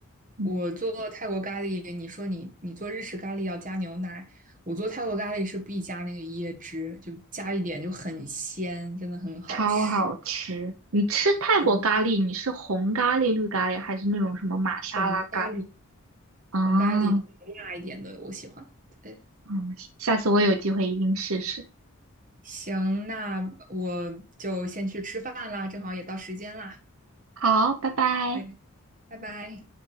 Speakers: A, on the right; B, on the right.
A: 嗯，
B: 我做泰国咖喱，你说你你做日式咖喱要加牛奶，我做泰国咖喱是必加那个椰汁，就加一点就很鲜，真的很好吃。
A: 超好吃。你吃泰国咖喱，
B: 对，
A: 你是红咖喱、绿咖喱，还是那种什么玛莎拉咖喱？
B: 红咖喱，
A: 哦，
B: 红咖喱辣一点的我喜欢。对，
A: 嗯，下次我有机会一定试试。
B: 行，那我就先去吃饭啦，正好也到时间啦。
A: 好，拜拜。
B: 对，拜拜。